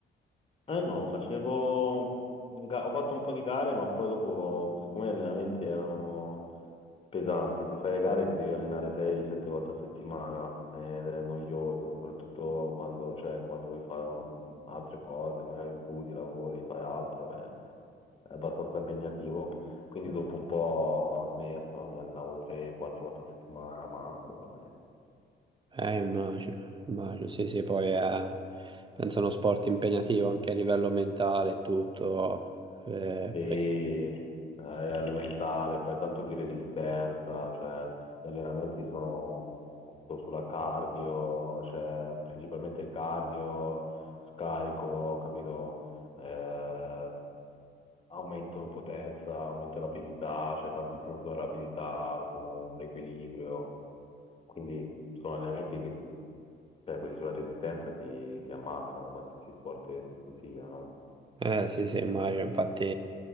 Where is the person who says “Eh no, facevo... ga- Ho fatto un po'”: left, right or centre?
Left